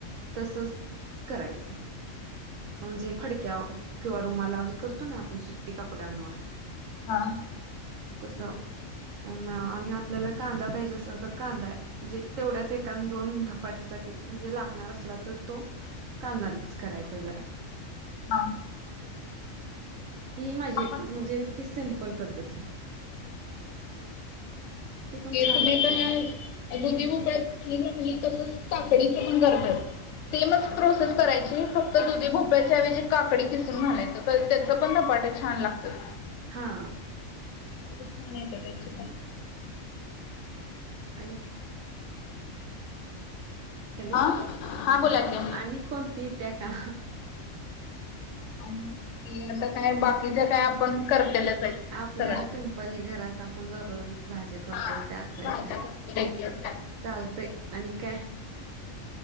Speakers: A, on the right (about 75°); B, on the left (about 65°).
A: तसंच करायच, म्हणजे फडक्यावर किंवा रूमलाव हे करतो ना, आपण सुती कपडांनवर.
B: हा..
A: तस आणि आपल्याला कांदा पाहिजे असला तर कांदा आहे. म्हणजे तेवढ्याच एकान दोन धपाट्यासाठी म्हणजे लागणार असला तर तो? कांदा मिक्स करायचा जरा.
B: हां..
A: ही माझी
B: आपण
A: म्हणजे, ती सिम्पल पद्धत. ती पण
B: हे
A: छान
B: तुम्ही
A: लागते
B: आता. दुधी भोपळ्याच सांगितलं कणी, तसंच काकडीचं पण करतात सेमच प्रोसेस. करायचे फक्त दुधी भोपळ्याच्याऐवजी काकडी किसून घालायचं, तर त्यांच पण धपाट छान लागत्यात.
A: हा
B: छान येतात, त्यांची पण.
A: आणि का हॅलो
B: हा हा बोला की.
A: आणि कोणती येत्या का?
B: आणि आता काय बाकीच्या काय आपण करतेलच आहेत.
A: आपल्या
B: सगळ्या.
A: सिंपल ह घरात आपण दररोजच भाजी करतोय
B: हा
A: त्याच आहे
B: भाज्या
A: त्या.
B: भरपूर रेग्युलर
A: चालतंय आणि काय.